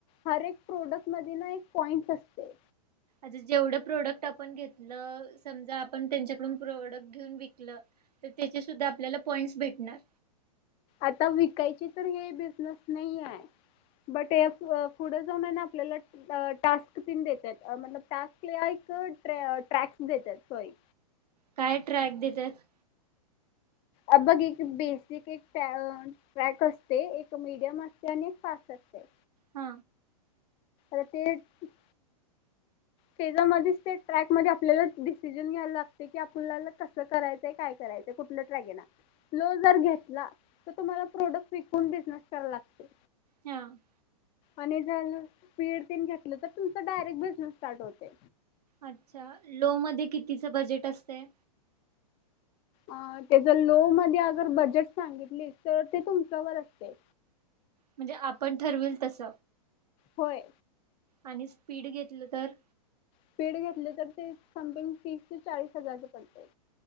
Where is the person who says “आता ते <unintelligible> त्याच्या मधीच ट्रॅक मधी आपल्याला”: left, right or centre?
Left